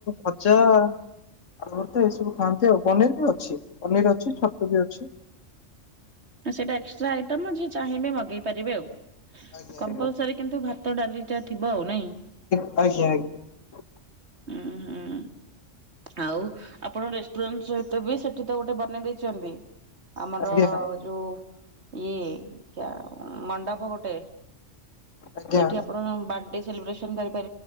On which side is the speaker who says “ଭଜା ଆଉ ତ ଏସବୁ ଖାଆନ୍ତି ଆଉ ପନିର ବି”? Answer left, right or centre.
Left